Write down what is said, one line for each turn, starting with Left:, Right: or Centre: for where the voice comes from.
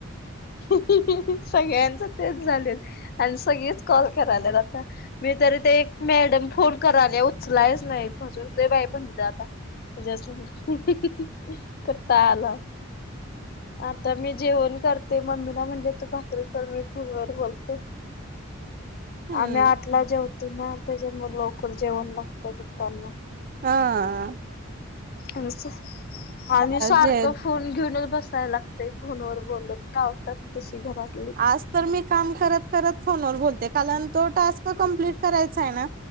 Left: ह्ह्णह हं ह्हणं, सगळ्यांच तेच झालेत अन सगळेच कॉल, करायल्यात आता. मी तरी, ते एक मॅडम फोन करायले, उचलायच नही, बसून दे बाई, म्हणलं आता. तुझ्या संग. ह्हणं हहं. कंटाळा आला, आता मी जेवण कर ते मम्मीला म्हणले, तू भाकरी कर, मी फोनवर बोलतो.
Right: हम्म
Left: आम्ही आठला जेवतो ना, त्याच्यामुळ लवकर जेवण लागत, पप्पांना.
Right: हां.
Left: तुमचं आणि सारखं,
Right: जे
Left: फोन घेऊनच, बसाय लाग ते फोनवर बोलत, कावतात, तशी घरात
Right: आज तर, मी काम करत-करत फोनवर बोलते, कालण तो टास्क कंप्लीट करायचा य ना?